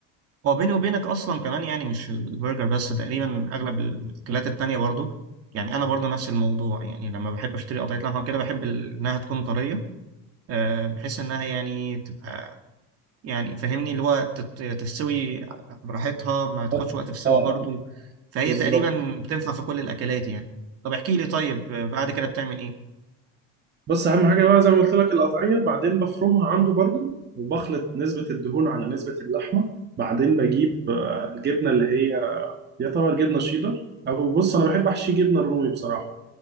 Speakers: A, on the right (about 50°); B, on the right (about 35°).
A: هو بيني وبينك اصلا كمان يعني مش البرجر بس تقريبا اغلب الاكلات التانية برضو يعني انا برضو نفس الموضوع يعني لما بحب اشتري قطعيه لحمه كده بحب ال- انها تكون طريه أه بحيث انها يعني تبقى يعني فاهمني اللي هو تت- تستوي براحتها ما تاخدش
B: اه
A: وقت في السوا
B: آه،
A: برضو فهي
B: بالظبط
A: تقريبا بتنفع في كل الاكلات يعني طب احكي لي طيب آه، بعد كده بتعمل ايه
B: بص اهم حاجه بقى زي ما قلت لك القطعيه بعدين بفرمها عنده برضو وبخلط نسبه الدهون على نسبه اللحمه بعدين بجيب آه، الجبنه اللي هي يعتبر جبنه شيدر او بص انا بحب احشي جبنه رومي بصراحه